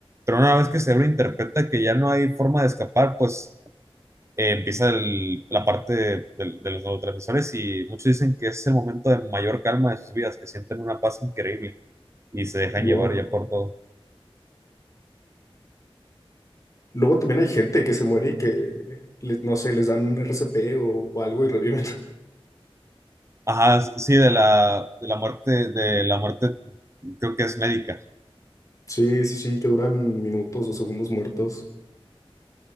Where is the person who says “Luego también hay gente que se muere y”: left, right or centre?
Left